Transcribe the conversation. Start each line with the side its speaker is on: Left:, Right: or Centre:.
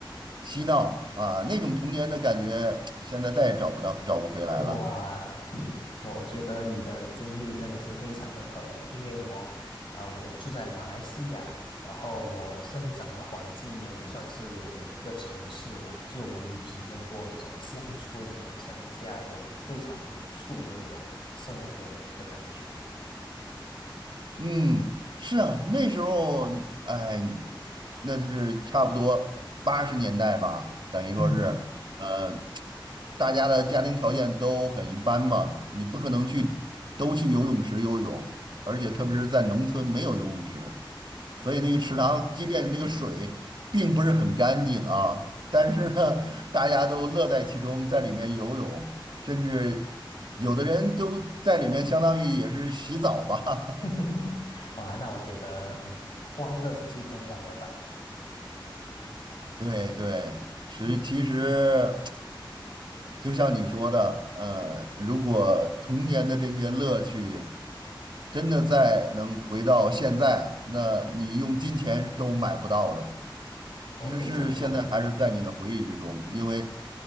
Right: 嬉闹啊，那种童年的感觉，<tsk> 现在再也找不到，找不回来了。
Left: 哇，你我我觉得你的经历真的是非常的特别，因为我，啊、我住在马来西亚，然后我生长的环境呢，也算是一个城市吧，就我没体验过这种乡村、这种乡下、这种非常朴素的这种生活的感觉。
Right: 嗯，是啊，那时候，哎，那是差不多八十年代吧，等于说是，
Left: 嗯
Right: 呃，大家的家庭条件都很一般嘛，你不可能去都去游泳池游泳，而且特别是在农村没有游泳池，所以那个池塘，
Left: 嗯，
Right: 即便那个水并不是很干净啊，但是呢，大家都乐在其中，在里面游泳，甚至有的人都在里面相当于也是洗澡吧。
Left: <laughs>
Right: <laughs>
Left: 哇，那我觉得，嗯，欢乐是最重要的吧，
Right: 对对，是其实
Left: 嗯，
Right: 就像你说的，呃，如果童年的这些乐趣真的再能回到现在，那你用金钱都买不到的，
Left: 我非常同意。
Right: 只是现在还是在你的回忆之中，因为